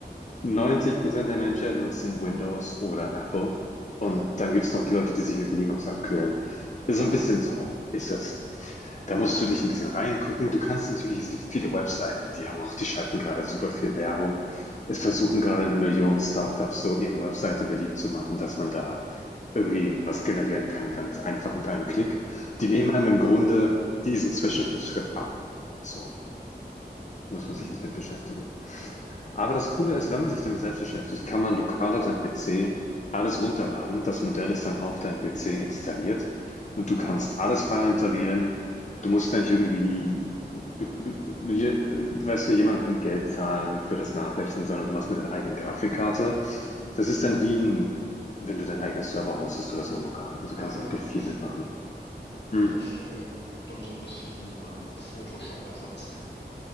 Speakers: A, on the left; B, on the left.
A: 90% der Menschen nutzen Windows oder Apple. Und
B: Ja.
A: dann gibt es noch die Leute, die sich mit Linux abquälen. Ist
B: Ja.
A: so ein bisschen so, ist das. Da
B: Ah,
A: musst
B: okay.
A: du dich ein bisschen reingucken. Du kannst natürlich, es gibt viele Webseiten, die haben auch, die schalten gerade super viel Werbung. Es versuchen gerade eine Million Startups so ihre Webseite beliebt zu machen, dass man da irgendwie was generieren kann, ganz einfach mit einem Klick. Die nehmen einem im Grunde diesen Zwischenschritt ab. So muss
B: Mhm.
A: man sich nicht mit beschäftigen. Aber das Coole ist, wenn man sich damit selbst beschäftigt, kann man lokal auf seinem PC alles runterladen. Das Modell ist dann auf deinem PC installiert und du
B: Ah,
A: kannst
B: cool.
A: alles vorinstallieren. Du musst ja nicht irgendwie, äh, weißt du, jemandem Geld zahlen für das Nachrechnen, sondern du machst mit deiner eigenen Grafikkarte. Das ist dann wie ein, wenn du deinen eigenen Server hostest oder so lokal. Also kannst
B: Ah
A: du
B: ja,
A: wirklich
B: verstehe.
A: viel mitmachen. Mm.
B: Verstehe. Dann so ein bisschen äh, Photoshop-Ersatz.